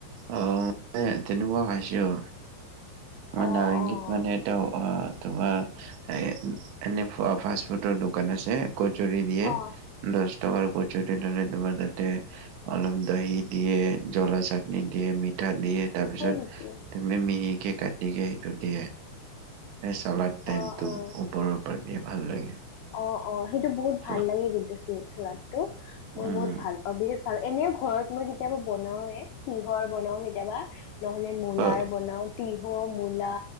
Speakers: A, on the right; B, on the left.
A: অ', মানে তেনেকুৱা খাইছোঁ আমাৰ
B: অঁ
A: নাৰেংগীত
B: অঁ
A: মানে অ', অ', তোমাৰ হেই এনে ফা ফাষ্ট ফুডৰ দোকান আছে। কচ্চৰি দিয়ে।
B: অঁ
A: দচ টকাৰ কচ্চৰি ল'লে তোমাৰ তাতে অলপ দহি দিয়ে, জ্বলা চাট- নি দিয়ে, মিঠা দিয়ে তাৰপিছত
B: হয় নেকি
A: <unintelligible> মিহিকে কাটিকে সেইটো দিয়ে। সেই চালাদ টাইপটো
B: অঁ অঁ
A: ওপৰৰ পৰা দিয়ে ভাল লাগে।
B: অ', অ', সেইটো বহুত
A: খোৱা।
B: ভাল লাগে কিন্তু <unintelligible> শ্লাদটো মই
A: অ',
B: বহুত ভাল পাওঁ বিৰাট আৰু এনেও ঘৰত মই কেতিয়াবা বনাওঁৱে তিহয় বনাওঁ কেতিয়াবা। নহ'লে মূলাৰ
A: অ',
B: বনাওঁ তিহু, মূলা,